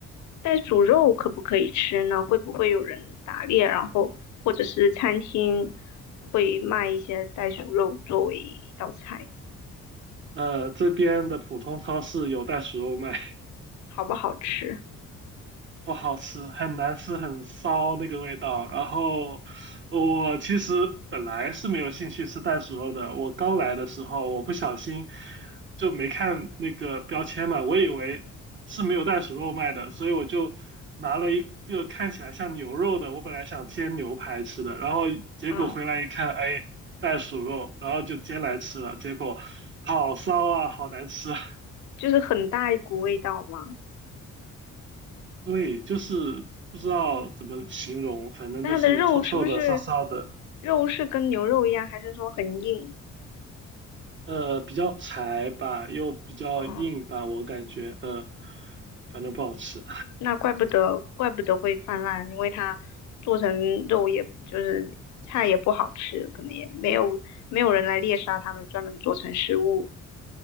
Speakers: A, on the left; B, on the right.
A: 袋鼠肉可不可以吃呢？会不会有人打猎，然后或者是餐厅会卖一些袋鼠肉作为一道菜，
B: 呃，这边的普通超市有袋鼠肉卖。
A: 好不好吃？
B: 不好吃，很难吃，很骚那个味道。然后我其实本来是没有兴趣吃袋鼠肉的，我刚来的时候我不小心就没看那个标签嘛，我以为是没有袋鼠肉卖的，所以我就拿了一个看起来像牛肉的，我本来想煎牛排吃的，然后结果回来一看，
A: 嗯，
B: 哎，袋鼠肉，然后就煎来吃了，结果好骚啊，好难吃啊
A: 就是很大一股味道嘛。
B: 对，就是不知道怎么形容，反正就是臭臭的、
A: 那它的肉是不是
B: 骚骚的，
A: 肉是跟牛肉一样，还是说很硬？
B: 呃，比较柴吧，又比较硬吧，
A: 哦、
B: 我感觉，呃，反正不好吃。
A: 那怪不得，怪不得会泛滥，因为它做成肉也，就是菜也不好吃，可能也没有没有人来猎杀它们，专门做成食物